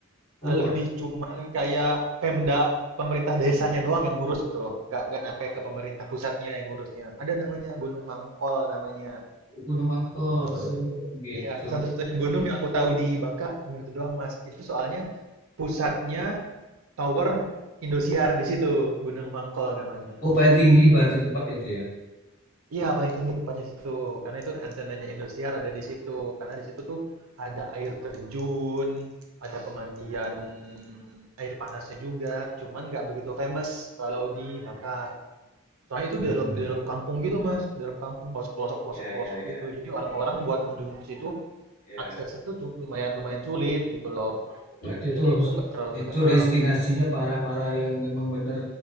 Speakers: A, on the left (about 35°); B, on the right (about 75°).
A: Oh,
B: Eh,
A: pe-
B: lebih cuman kayak Pemda pemerintah desanya doang yang ngurus gitu loh. Nggak nggak nyampe ke pemerintah pusatnya yang ngurusnya. Ada namanya Gunung Mangkol namanya.
A: Gunung Mangkok
B: Terus
A: oh, gitu.
B: Iya, satu-satunya gunung yang aku tahu di Bangka cuma itu doang, Mas. Itu soalnya pusatnya Tower Indosiar di situ, Gunung Mangkol namanya.
A: Oh, paling tinggi berarti tempat itu ya.
B: Iya paling tinggi tempatnya di situ karena itu antenanya Indosiar ada di situ karena di situ tuh ada air terjun, ada pemandian air panasnya juga, cuman nggak begitu famous kalau di Bangka. Soalnya itu
A: Mm-mm.
B: di dalam di dalam kampung gitu mas, di dalam kampung harus pelosok pelosok
A: Ya ya
B: pelosok
A: ya
B: gitu. Jadi orang-orang buat mengunjungi ke situ
A: ya.
B: aksesnya tuh cu- lumayan lumayan sulit gitu loh.
A: Berarti itu
B: Jadi itu nggak terlalu
A: itu
B: terkenal.
A: destinasinya para-para yang memang benar